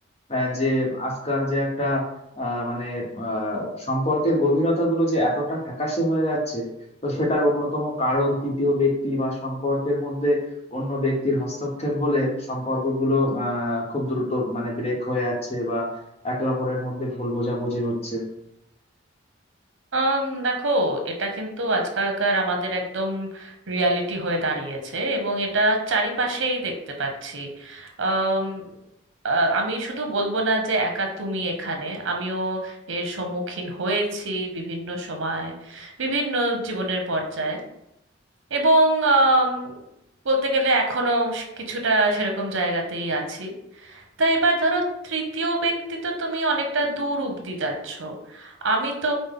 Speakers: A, on the left; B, on the right.
A: আহ, যে আজকাল যে একটা আহ, মানে আহ, সম্পর্কের গভীরতা গুলো যে এতটা ফ্যাকাশে হয়ে যাচ্ছে তো সেটার অন্যতম কারণ তৃতীয় ব্যক্তি বা সম্পর্কের মধ্যে অন্য ব্যক্তির হস্তক্ষেপ হলে সম্পর্কগুলো আহ খুব দ্রুত মানে ব্রেক হয়ে যাচ্ছে বা একে অপরের মধ্যে ভুল বোঝাবুঝি হচ্ছে
B: আম, দেখো এটা কিন্তু আজকালকার আমাদের একদম রিয়ালিটি হয়ে দাঁড়িয়েছে এবং এটা চারিপাশেই দেখতে পাচ্ছি আম, আ, আমি শুধু বলবো না যে একা তুমি এখানে আমিও এর সম্মুখীন হয়েছি বিভিন্ন সময় বিভিন্ন জীবনের পর্যায়ে এবং আম, বলতে গেলে এখনো কিছুটা সেরকম জায়গাতেই আছি তা এবার ধরো তৃতীয় ব্যক্তি তো তুমি অনেকটা দূর অব্দি যাচ্ছ আমি তো